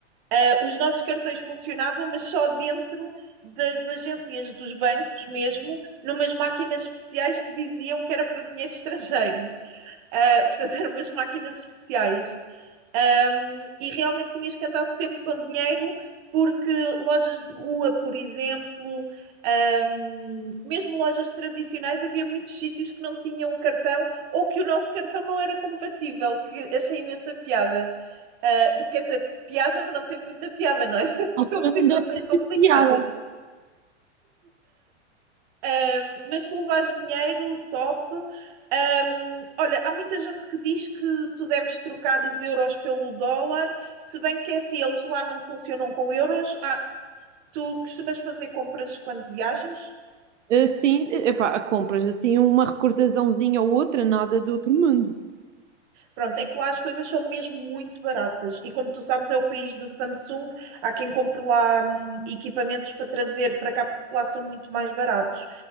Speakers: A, on the right; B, on the right.
A: Ah, os nossos cartões funcionavam, mas só dentro das agências dos bancos mesmo, numas máquinas especiais que diziam que era para dinheiro estrangeiro. Ah, <laughs> portanto, eram umas máquinas especiais. Um, e realmente tinhas que andar sempre com dinheiro, porque lojas de rua, por exemplo, um, mesmo lojas tradicionais, havia muitos sítios que não tinham cartão ou que o nosso cartão não era compatível, que achei imensa piada. Uh, quer dizer, piada, mas não teve muita piada, não é? <laughs>
B: Na
A: Porque
B: altura
A: houve situações
B: não deve
A: complicadas.
B: ter piada.
A: Um, mas se levares dinheiro, top. Um, olha, há muita gente que diz que tu deves trocar os euros pelo dólar, se bem que é assim, eles lá não funcionam com euros. Ah, tu costumas fazer compras quando viajas?
B: Ah, sim, epá, compras assim uma recordaçãozinha ou outra, nada do outro mundo.
A: Pronto, é que lá as coisas são mesmo muito baratas. E como tu sabes, é o país da Samsung. Há quem compre lá hum, equipamentos para trazer para cá, porque lá são muito mais baratos.